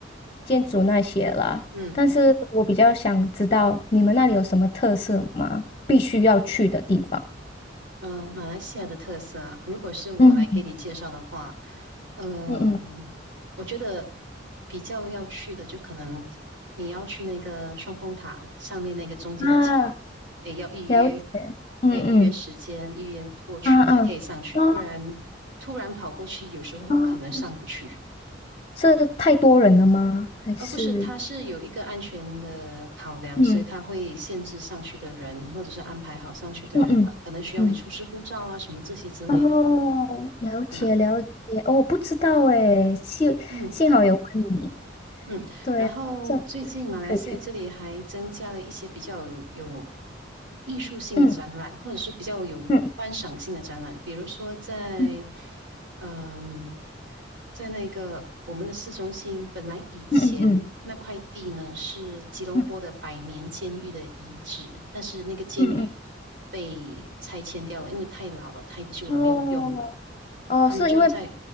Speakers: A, on the left (about 30°); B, on the right (about 65°).
A: 建筑那些啦，
B: 嗯
A: 但是我比较想知道你们那里有什么特色吗？必须要去的地方。
B: 呃，马来西亚的特色啊，如果是我来给你介绍的话，
A: 嗯
B: 呃，
A: 嗯嗯
B: 我觉得比较要去的就可能你要去那个双峰塔上面那个中间的桥，
A: 嗯啊，
B: 哎，要预约，
A: 了解。嗯嗯
B: 哎，预约时间，预约过去才可以上去，
A: 啊啊哦
B: 不然突然跑过去，有时候可能上不去。
A: 哦，是太多人了吗？还是
B: 呃，不是，它是有一个安全的考量，
A: 嗯
B: 所以它会限制上去的人，或者是安排好上去的人，
A: 嗯嗯嗯。
B: 呃，可能需要你出示护照啊，什么这些之类的。
A: 哦，了解了解，
B: 啊，
A: 哦，不知道哎，幸幸好有问你，
B: 嗯。嗯，
A: 对啊，
B: 然后最近马来西亚这里还增加了一些比较有有
A: 这可以去，
B: 艺术性的展览，
A: 嗯
B: 或者是比较有观赏性的展览，
A: 嗯
B: 比如说在，
A: 嗯
B: 嗯，在那个我们的市中心，本来以前那块地呢是吉隆坡的百年监狱的遗址，
A: 嗯嗯嗯
B: 但是那个监狱
A: 嗯
B: 被拆迁掉了，因为太老了、太旧了，
A: 嗯，
B: 没有用了，
A: 哦哦，
B: 他们就在，
A: 是因为